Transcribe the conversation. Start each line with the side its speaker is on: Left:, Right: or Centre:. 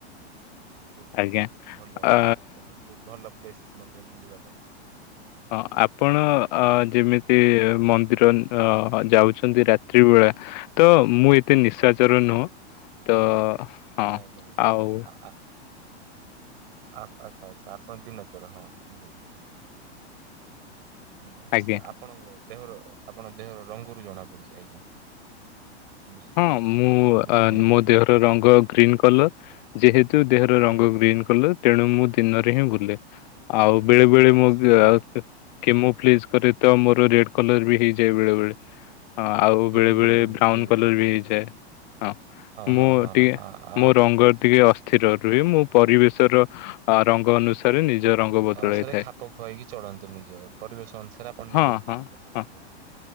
Right: ବହୁତ
Left: ଆଜ୍ଞା
Right: ଭଲ
Left: ଆ
Right: ଦେଖିବାକୁ ବହୁତ ଭଲ ପ୍ଲେସ୍ ମଧ୍ୟ ବୁଲିବା ପାଇଁ।
Left: ହଁ ଆପଣ ଅ ଯେମିତି ମନ୍ଦିର ଅ ଯାଉଛନ୍ତି ରାତ୍ରି ବେଳା ତ ମୁଁ ଏତେ ନିଶାଚର ନୁହଁ ତ
Right: <unintelligible>
Left: ହଁ
Right: ଆ ଆ
Left: ଆଉ
Right: ଆଚ୍ଛା ଆଚ୍ଛା ଆପଣ ଦିନଚର ହଁ ବୁଝିଲି। ହୁଁ
Left: ଆଜ୍ଞା
Right: ସେ ଆପଣଙ୍କ ଦେହର ଆପଣଙ୍କ ଦେହର ରଙ୍ଗରୁ ଜଣା ପଡୁଚି ଆଜ୍ଞା। ବୁଝିଲି
Left: ହଁ ମୁଁ
Right: ଆଜ୍ଞା
Left: ମୋ ଦେହର ରଙ୍ଗ ଗ୍ରୀନ କଲର। ଯେହେତୁ ଦେହର ରଙ୍ଗ
Right: ଆଜ୍ଞା
Left: ଗ୍ରୀନ କଲର ତେଣୁ ମୁଁ ଦିନରେ ହିଁ ବୁଲେ। ଆଉ ବେଳେ ବେଳେ
Right: ଆଚ୍ଛା
Left: ମୁଗ
Right: ଆଚ୍ଛା
Left: କି ମୁଁ ଫ୍ଲିଜ କରେ ତ ମୋର ରେଡ କଲର ବି ହେଇଯାଏ ବେଳେ ବେଳେ। ହଁ ଆଉ ବେଳେ
Right: ହୁଁ ହୁଁ
Left: ବେଳେ
Right: ବୁଝିଲି
Left: ବ୍ରାଉନ
Right: ବୁଝିଲି
Left: କଲର ବି ହେଇଯାଏ ହଁ। ମୁଁ
Right: ହଁ ହଁ
Left: ଟିକେ
Right: ଆ ଆ
Left: ମୋ ରଙ୍ଗ ଟିକେ ଅସ୍ଥିର ରୁହେ ମୁଁ ପରିବେଶର ଆ ରଙ୍ଗ ଅନୁସାରେ ନିଜ ରଙ୍ଗ ବଦଳାଇଥାଏ
Right: ଅ ସାର୍ ଖାପ ଖୁଆଇକି ଚଳନ୍ତି ନିଜ ପରିବେଶ ଅନୁସାରେ ଆପଣ
Left: ହଁ
Right: ନିଜକୁ ଖାପ
Left: ହଁ
Right: ଖୁଆଇ ଚଳନ୍ତି
Left: ହଁ।
Right: ଆଉ।